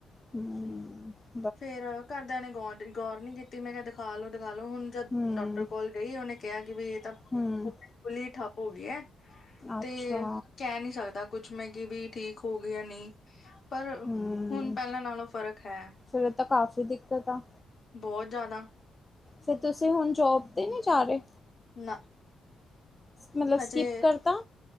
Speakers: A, on the left; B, on the left.
A: ਹੂ,,,
B: ਫਿਰ ਘਰਦਿਆਂ ਨੇ ਗੌਰ ਗੌਰ ਨੀ ਕੀਤੀ ਮੈਂ ਕਿਹਾ ਦਿਖਾ ਲੋੋ ਦਿਖਾ ਲੋ ਹੁਣ
A: ਹੂੰ,
B: ਜਦ ਡਾਕਟਰ ਕੋਲ ਗਈ ਉਹਨੇ ਕਿਹਾ ਕਿ ਬਈ ਇਹ ਤਾਂ
A: ਹੂੰ,
B: ਬੁੱਲੀ ਠੱਪ ਹੋ ਗਈ ਹੈ
A: ਅੱਛਾ
B: ਤੇ ਕਹਿ ਨੀ ਸਕਦਾ ਕੁਛ ਮੈਂ ਕਿ ਵੀ ਠੀਕ ਹੋ ਗਿਆ ਨਹੀਂ ਪਰ
A: ਹੂੰ,
B: ਹੁਣ ਪਹਿਲਾਂ ਨਾਲੋਂ ਫ਼ਰਕ ਹੈ
A: ਫਿਰ ਤਾਂ ਕਾਫ਼ੀ ਦਿੱਕਤ ਆ
B: ਬਹੁਤ ਜ਼ਿਆਦਾ
A: ਫਿਰ ਤੁਸੀਂ ਹੁਣ ਜੋਬ ਤੇ ਨਹੀ ਜਾ ਰਹੇ
B: ਨਾ
A: ਮਤਲਬ
B: ਹਜੇ
A: ਸਕਿਪ ਕਰਤਾ